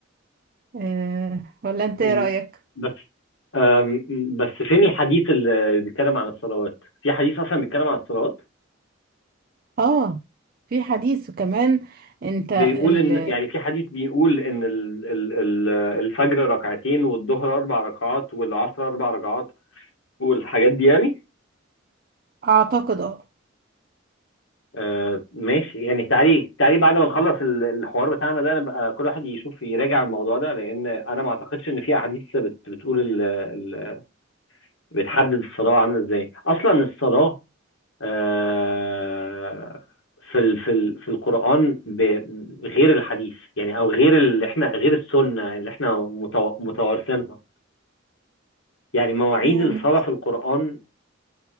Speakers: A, on the right; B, on the left.
A: أه ولا أنت
B: م-
A: إيه رأيك؟
B: بس آم، بس فين الحديث اللي بيتكلم عن الصلوات؟ في حديث أصلا بيتكلم عن الصلوات
A: آه في حديث وكمان أنت
B: بيقول
A: ال
B: إن يعني في حديث بيقول إن ال- ال- ال- الفجر ركعتين والظهر أربع ركعات والعصر أربع ركعات والحاجات دي يعني
A: أعتقد آه
B: آه ماشي يعني تعالي تعالي بعد ما نخلص ال- الحوار بتاعنا ده نبقى كل واحد يشوف يراجع الموضوع ده لان انا ما اعتقدش ان في احاديث بت بتقول ال ال بتحدد الصلاه عامله ازاي اصلا الصلاه آه في ال في ال في القران ب- غير الحديث يعني او غير اللي احنا غير السنه اللي احنا متو- متوارثينها يعني مواعيد
A: يعني
B: الصلاه في القران